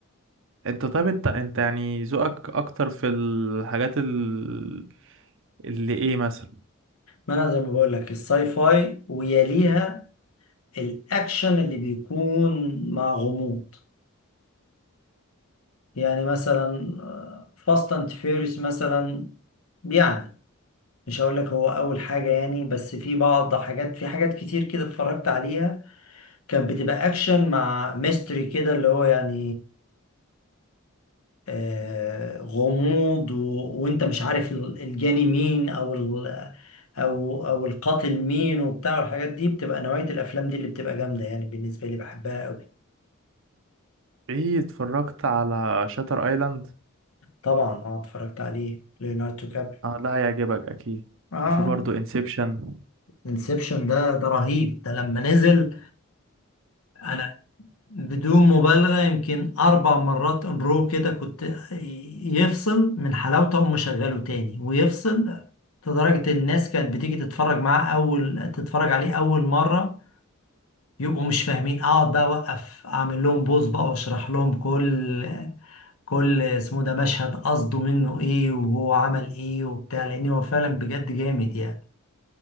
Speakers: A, on the right; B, on the left.
A: انت طيب انت انت يعني ذوقك اكتر في الحاجات ال... اللي ايه مثلا
B: ما أنا زي ما بقول لك الساي فاي ويليها الاكشن اللي بيكون مع غموض يعني مثلا فاست اند فيوريوس مثلا يعني مش هقول لك هو اول حاجه يعني بس في بعض حاجات في حاجات كتير كده اتفرجت عليها كانت بتبقى اكشن مع ميستري كده اللي هو يعني آه، غموض و... وانت مش عارف ال- الجاني مين او ال... او او القاتل مين وبتاع والحاجات دي بتبقى نوعيه الافلام دي اللي بتبقى جامده يعني بالنسبه لي بحبها قوي
A: ايه اتفرجت على شاتر ايلاند
B: طبعا اه اتفرجت عليه ليوناردو كابري
A: اه ده هيعجبك اكيد
B: اه
A: وفي برضه انسبشن
B: انسبشن ده ده رهيب ده لما نزل انا بدون مبالغة يمكن اربع مرات ان رو كده كنت يفصل من حلاوته اقوم مشغله تاني ويفصل لدرجة الناس كانت بتيجي تتفرج معاه اول تتفرج عليه اول مرة يبقوا مش فاهمين اقعد بقى اوقف اعمل لهم بوز بقى واشرح لهم كل كل اسمه ده مشهد قصده منه ايه وهو عمل ايه وبتاع لان هو فعلا بجد جامد يعني